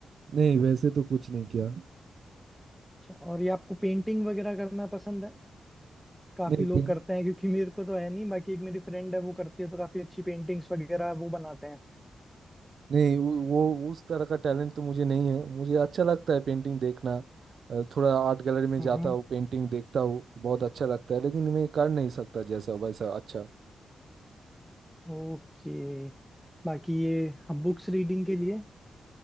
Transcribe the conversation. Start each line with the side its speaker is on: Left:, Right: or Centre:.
Right: नहीं वैसे तो कुछ नहीं किया
Centre: अच्छा और ये आपको पेंटिंग वगैरह करना पसंद है काफी
Right: नहीं
Centre: लोग करते हैं क्योंकि मेरे को तो है नहीं बाकी एक मेरी फ्रेंड है वो करती है तो काफी अच्छी पेंटिंग्स वगैरह वो बनाते हैं
Right: नहीं वो वो- उस तरह का टैलेंट तो मुझे नहीं है मुझे अच्छा लगता है पेंटिंग देखना अ, थोड़ा आर्ट गैलरी में
Centre: हम्म
Right: जाता हूँ पेंटिंग देखता हूँ बहुत अच्छा लगता है लेकिन मैं कर नहीं सकता जैसा वैसा अच्छा
Centre: ओके बाकी ये बुक्स रीडिंग के लिए